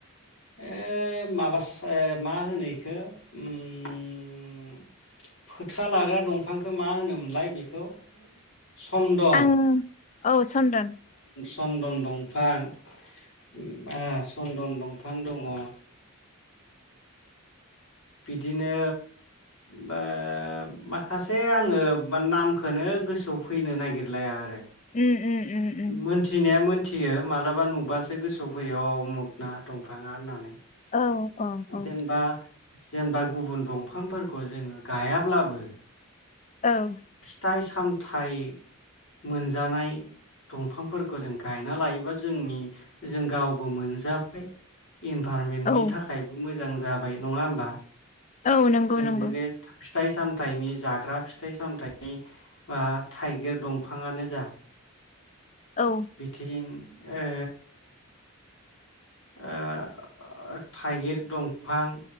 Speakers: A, on the left; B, on the left.
A: ओ माबासो मा होनो एखौ ओम फोथा लाग्रा दंफांखौ मा होनोमोनलाय बेखौ? चन्दन
B: आं औ चन्दन
A: चन्दन दंफां आ चन्दन दंफां दङ ओ बिदिनो बा माखासे आङो नामखौनो गोसोआव फैनो नागिरलाया आरो
B: उम उम उम उम
A: मोनथिनाया मोन थियो मालाबा नुबासो गोसोआव फैयो अमुख ना दंफाङा होननानै
B: औ औ औ
A: जेनेबा जेनेबा गुबुन दंफांफोरखौ जोङो गायाब्लाबो
B: औ
A: फिथाइ सा सामथाइ मोनजानाय दंफांफोरखौ जों गायना लायोबा जोंनि जों गावबो मोनजाबाय। इनभारमेन्टनि
B: औ
A: थाखायबो मोज जां जाबाय नङा होमबा?
B: औ नंगौ
A: जों
B: नंगौ
A: जे फिथाइ सामथाइनि जाग्रा फिथाइ सामथाइ नि बा थाइगिर दंफाङानो जा
B: औ
A: बिथिं ओ ओ थाइगिर दंफां